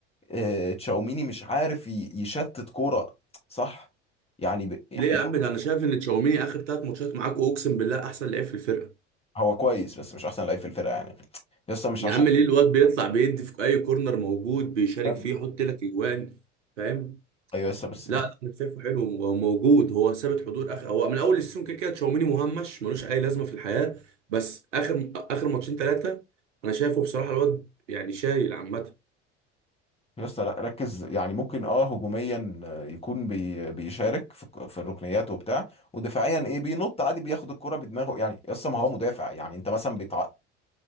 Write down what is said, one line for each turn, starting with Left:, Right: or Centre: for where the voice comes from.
Left: آه، تشاوميني مش عارف ي- يشتت كوره صح يعني ب... يعني
Right: ليه يا عم
Left: لا
Right: ده انا شايف ان تشاوميني اخر ثلاث ماتشات معاكوا اقسم بالله احسن لعيب في الفرقه
Left: هو كويس بس مش احسن لعيب في الفرقه يعني يا اسطى مش
Right: يا
Left: عشان
Right: عم ليه الواد بيطلع بيدي في اي كورنر موجود بيشارك
Left: يا ابني.
Right: فيه يحط لك اجوان فاهم
Left: ايوه يا اسطى بس
Right: لا
Left: يعني
Right: لا انا شايفه حلو وموجود هو ثابت حضور اخر هو من اول السيزون كده كده تشاوميني مهمش ملوش اي لازمه في الحياه بس اخر اخر ماتشين ثلاثه انا شايفه بصراحه الواد يعني شايل عامه
Left: يا اسطى لا ركز يعني ممكن اه هجوميا آه، يكون بي... بيشارك في... في الركنيات وبتاع ودفاعيا ايه بينط عادي بياخد الكوره بدماغه يعني يا اسطى ما هو مدافع يعني انت مثلا بتع...